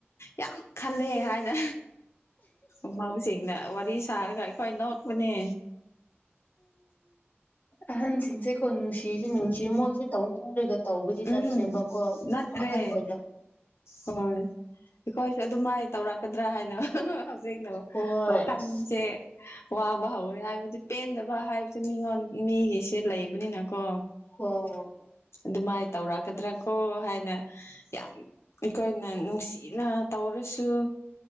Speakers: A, on the left; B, on the left.
A: ꯌꯥꯝ ꯈꯜꯂꯦ ꯍꯥꯏꯅ ꯎꯍꯧꯁꯤꯡꯅ ꯋꯥꯔꯤ ꯁꯥꯔꯒ ꯑꯩꯈꯣꯏ ꯅꯣꯛꯄꯅꯦ
B: ꯑꯍ꯫ꯟꯁꯤꯡꯁꯦ ꯀꯣꯟꯅꯨꯡꯁꯤ ꯁꯤꯁꯨ ꯅꯨꯡꯁꯤ
A: ꯎꯝ
B: ꯃꯣꯏꯁꯨ ꯇꯧꯅꯤꯡꯔꯒ ꯇꯧꯕꯗꯤ ꯅꯠꯇ꯭ꯔꯦꯕꯀꯣ
A: ꯎꯝ
B: ꯑꯗꯨꯝ
A: ꯅꯠꯇ꯭ꯔꯦ
B: ꯑꯍꯟ ꯑꯣꯏꯕ
A: ꯍꯣꯏ ꯑꯩꯈꯣꯏꯁꯨꯦ ꯑꯗꯨ ꯃꯥꯏ ꯇꯧꯔꯛꯀꯗ꯭ꯔꯥ ꯍꯥꯏꯅ ꯅ
B: ꯍꯣꯏ
A: ꯋꯥꯈꯥꯟꯦ
B: ꯑꯁ
A: ꯋꯥꯕ ꯍꯧꯔꯦ ꯍꯥꯏꯕꯗꯤ ꯄꯦꯟꯗꯕ ꯍꯥꯏꯕꯁꯦ ꯃꯤꯉꯣꯟ ꯃꯤꯒꯤꯁꯦ ꯂꯩꯕꯅꯤꯅꯀꯣ
B: ꯑꯣ
A: ꯑꯗꯨꯃꯥꯏꯅ ꯇꯧꯔꯛꯀꯗ꯭ꯔꯥ ꯀꯣ ꯍꯥꯏꯅ ꯌꯥꯝ ꯑꯩꯈꯣ꯫ꯏꯅ ꯅꯨꯡꯁꯤꯅ ꯇꯧꯔꯁꯨ